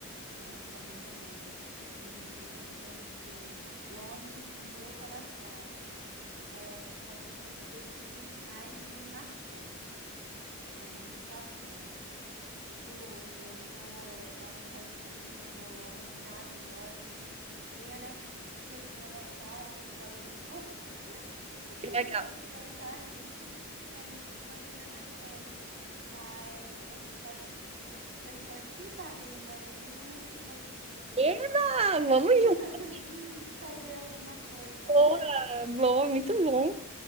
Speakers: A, on the right (about 55°); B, on the right (about 25°).
A: É, para mim também. Mu- mu- Tenho, assim, Londres no meu coração. É como um dos destinos que mais me marcou. É muito bacana. Ju, eu vou dar uma saidinha, que eu vou ao mercado agora, que hoje é quinta-feira, dia de promoção aqui em Belo Horizonte. <laughs> Eu preciso
B: Que legal.
A: aproveitar isso é, ain- enquanto ainda está cedo, mas a gente pode discutir essas questões. Quem sabe eu não me animo e vou contigo
B: Eba, vamos
A: <laughs>
B: junto.
A: fazer alguma coisa,
B: Boa,
A: né?
B: boa, muito bom.